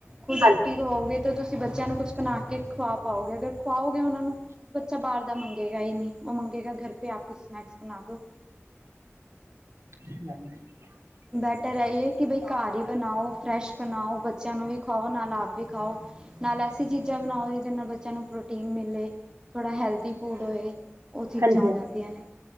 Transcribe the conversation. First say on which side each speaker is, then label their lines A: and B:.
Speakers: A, on the right (about 15°); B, on the right (about 80°).
A: ਖੁਦ
B: ਹਾਂਜੀ
A: ਐਕਟਿਵ ਹੋਵੋਗੇ ਤਾਂ ਤੁਸੀਂ ਤੁਸੀਂ ਬੱਚਿਆਂ ਨੂੰ ਕੁਛ ਬਣਾ ਕੇ ਖੁਵਾ ਪਾਓਗੇ, ਅਗਰ ਖੁਵਾਓਗੇ ਉਹਨਾਂ ਨੂੰ ਬੱਚਾ ਬਾਹਰ ਦਾ ਮੰਗੇਗਾ ਹੀ ਨੀ। ਉਹ ਮੰਗੇਗਾ ਘਰ ਪੇ ਆਪ ਕੁਛ ਸਨੈਕਸ ਬਣਾ ਦੋ।
B: ਹ <inaudible>
A: ਬੈਟਰ ਹੈਹੀਏ ਕਿ ਬਈ ਘਰ ਹੀ ਬਣਾਓ, ਫਰੈਸ਼ ਬਣਾਓ ਬੱਚਿਆਂ ਨੂੰ ਵੀ ਖਾਓ ਨਾਲ ਆਪ ਵੀ ਖਾਓ, ਨਾਲ ਐਸੀ ਚੀਜ਼ਾਂ ਬਣਾਓ ਜਿਹਦੇ ਨਾਲ ਬੱਚਿਆਂ ਨੂੰ ਪ੍ਰੋਟੀਨ ਮਿਲੇ। ਥੋੜ੍ਹਾ ਹੈਲਦੀ ਫੂਡ ਹੋਏ, ਉਹ ਚੀਜ਼ਾਂ
B: ਹਾਂਜੀ
A: ਹੋ ਜਾਂਦੀਆਂ ਨੇ।